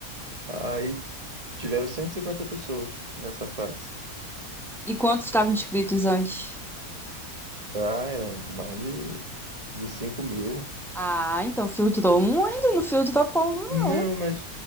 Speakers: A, on the right; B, in the centre.
A: Aí tiveram 150 pessoas nessa fase.
B: E quantos estavam inscritos antes?
A: Ah, eram mais de, de cinco mil
B: Ah, então filtrou muito, e não filtrou povo, não.
A: Não, mas